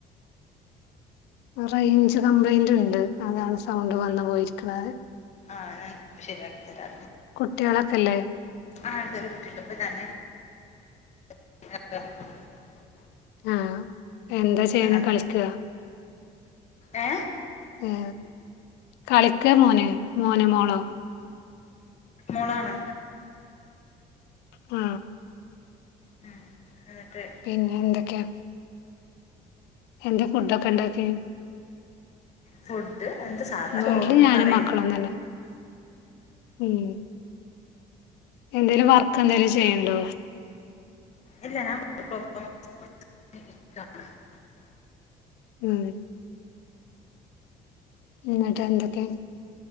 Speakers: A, on the left (about 85°); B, on the left (about 40°).
A: റേഞ്ച് കംപ്ലൈന്റും ഉണ്ട് അതാണ് സൗണ്ട് വന്ന് പോയിരിക്കുന്നത്
B: ആഹ് ഞാൻ ശരിയാക്കി തരാ
A: കുട്ടികളൊക്കെല്ലേ
B: ആ ഒരു കുട്ടിയുണ്ട് ഇപ്പ ഞാന് <unintelligible>
A: ആ എന്താ ചെയ്യണെ
B: ആ
A: കളിക്കുകയാ
B: ഏ
A: ആ കളിക്ക മോന് മോനോ മോളോ
B: മോളാണ്
A: ആ
B: ഉം എന്നിട്ട്
A: പിന്നെ എന്തൊക്കെയാ എന്തൊ ഫുഡൊക്കെ ഉണ്ടാക്കി
B: ഫുഡ് എന്ത് സാധ
A: വീട്ടില്
B: ചോറും
A: ഞാനും
B: കറിം
A: മക്കളും തന്നെ ഉം എന്തേലും വർക്ക് എന്തേലും ചെയ്യുണ്ടോ
B: ഇല്ല ഞാൻ <unintelligible>
A: ഉം എന്നിട്ട് എന്തൊക്കെ